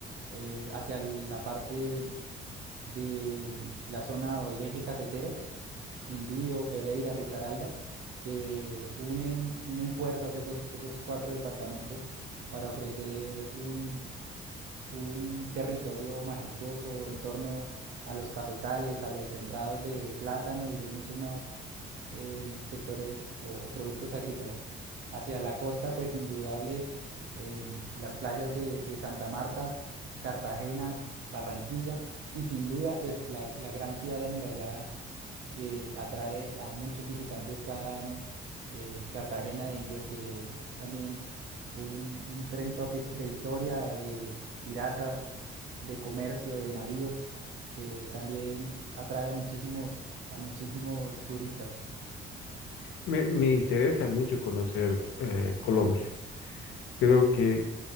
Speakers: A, on the right; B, on the left.
A: Eh, hacia la parte de mm, la zona o el eje cafetero. Quindío, Pereira, Risaralda, que unen, unen fuerzas esos, esos cuatro departamentos para ofrecer un, un territorio majestuoso en torno a los cafetales, a los sembrados de plátano y de muchos más eh, sectores o, o productos agrícolas. Hacia la costa, pues indudable, eh, las playas de, de Santa Marta, Cartagena, Barranquilla y sin duda, pues la, la gran ciudad amurallada que atrae a muchos visitantes cada año. eh, Cartagena de Indias, que es también un, un trend topic de historia, de piratas, de comercio, de navíos, que también atrae a muchísimos, a muchísimos turistas,
B: Me, me interesa mucho conocer eh, Colombia. Creo que